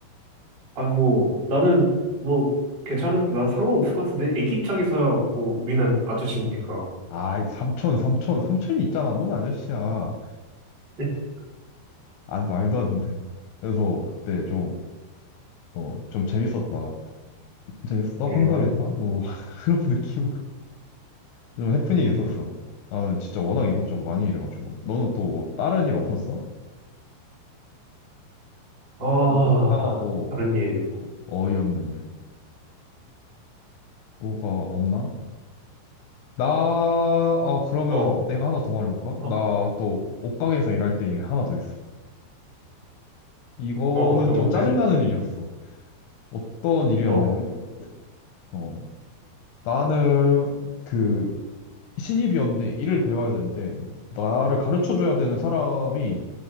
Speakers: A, on the right; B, on the left.
A: 아, 뭐, 나는, 뭐, 괜찮을, 난 상관없을 것 같은데? 애기 입장에서야, 뭐, 우리는 아저씨니까.
B: 아, 삼촌, 삼촌, 삼촌이 있잖아. 뭔 아저씨야.
A: <laughs>
B: 아, 말도 안 돼. 그래서 그때 좀, 어, 좀 재밌었다. 재밌었다?
A: 음,
B: 황당했다? 뭐, <laughs> 그런 느낌으로. 좀 해프닝이
A: 음.
B: 있었어. 아, 진짜 워낙 이것저것 많이 일해가지고. 너는 또 뭐, 다른 일 없었어?
A: 아,
B: 뭐, 황당하고,
A: 다른 일.
B: 어? 어이없는 일. 뭐가 없나? 나, 아, 그러면
A: 어,
B: 내가 하나 더 말해볼까?
A: 어,
B: 나 또 옷가게에서 일할 때 이게 하나 더 있어. 이거는
A: 어, 어떤
B: 좀
A: 건데?
B: 짜증나는 일이었어. 어떤 일이었냐면,
A: 어,
B: 어, 나는 그 신입이었는데 일을 배워야 되는데, 나를 가르쳐줘야 되는 사람이